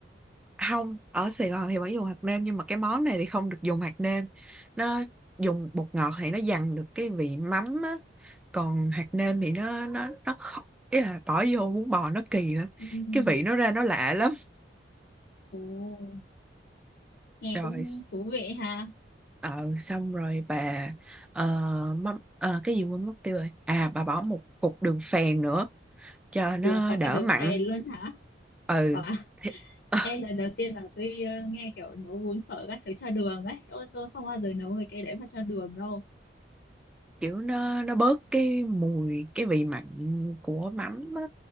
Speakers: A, in the centre; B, on the left (about 65°).
A: không ở Sài Gòn thì vẫn dùng hạt nêm nhưng mà cái món này thì không được dùng hạt nêm nó dùng bột ngọt thì nó dằn được cái vị mắm á còn hạt nêm thì nó nó nó không ý là bỏ vô bún bò nó kỳ lắm
B: Ừm,
A: cái vị nó ra nó lạ lắm
B: Ồ, nghe
A: rồi
B: cũng thú vị ha.
A: ờ xong rồi bà ờ, mắm ờ, cái gì quên mất tiêu rồi à bà bỏ một cục đường phèn nữa cho nó
B: Ủa có
A: đỡ
B: cả đường
A: mặn
B: phèn luôn hả?
A: ừ
B: Wow.
A: thì <laughs>
B: Em lần đầu tiên là tôi ờ, nghe kiểu nấu bún phở các thứ cho đường ấy, chỗ tôi không bao giờ nấu mấy cái đấy mà cho đường đâu.
A: kiểu nó nó bớt cái mùi cái vị mặn của mắm á.